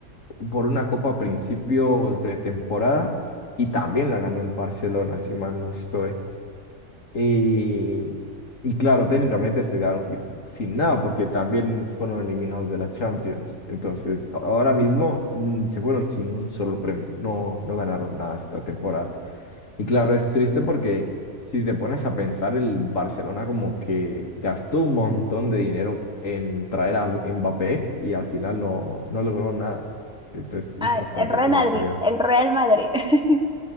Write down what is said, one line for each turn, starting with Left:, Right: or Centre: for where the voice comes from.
Left: por una Copa a principios de temporada y también la ganó el Barcelona, si mal no estoy. Y, y claro, técnicamente se quedaron sin nada porque también fueron eliminados de la Champions. Entonces, a- ahora mismo mm, se fueron sin un solo premio. No, no ganaron nada esta temporada. Y claro, es triste porque si te pones a pensar, el Barcelona como que gastó un montón de dinero en traer a Mbappé y al final no, no logró nada. Entonces,
Centre: Ah,
Left: es bastante
Centre: el Real
Left: como
Centre: Madrid,
Left: feo.
Centre: el Real Madrid. <laughs>